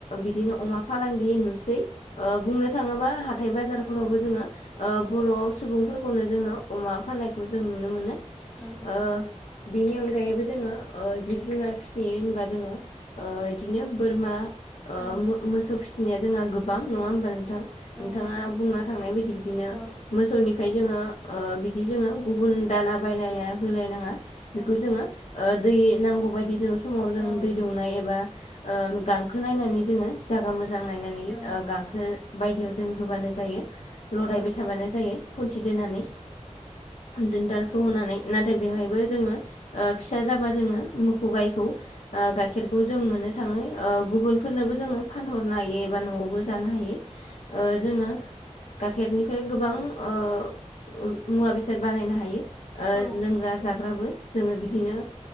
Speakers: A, on the left (about 65°); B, in the centre.
A: बिदिनो अमा फालांगि नुसै ओ बुंनो थांङोबा हाथाय बाजारफोरावबो जोंङो ओ बर' सुबुंफोरखौनो जोंङो अमा फाननायखौ जों नुनो मोनो
B: औ
A: ओ
B: औ
A: बेनि अनगायैबो जोंङो ओ जिब जुनार फिसियो होनबा जोंङो ओ बिदिनो बोरमा ओ
B: औ
A: मोसौ फिसिनाया जोंहा गोबां नङा होमबा नोंथां
B: औ
A: नोंथाङा
B: नंगौ
A: बुंना थांनाय बायदि बिदिनो
B: औ
A: मोसौनिफ्राय जोंङो ओ बिदि जोंङो गुबुन दाना बायलायना होलायनाङा। बेखौ
B: औ
A: जोंङो दै, नांगौ बायदि जों समाव जों
B: औ
A: दै दौनाय एबा ओ गांखो नायनानै जोंङो जागा मोजां नायनानै
B: औ
A: ओ गांखो बायदियाव जों होब्लानो जायो लरायबाय
B: औ
A: थाबानो जायो खुन्थि दोनानै। दोनदालखौ होनानै नाथाय बेवहायबो जोंङो ओ फिसा जाबा जोंङो मोसौ गायनि गाइखेरखौ जों मोननो थाङो। गुबुनफोरनोबो जोंङो फानहरनो हायो एबा न'आवबो जानो हायो। ओ जोंङो गाइखेरनिफ्राय गोबां ओ मुवा, बेसाद बानायनो हायो। ओ
B: औ
A: लोंग्रा-जाग्राबो जोंङो बिदिनो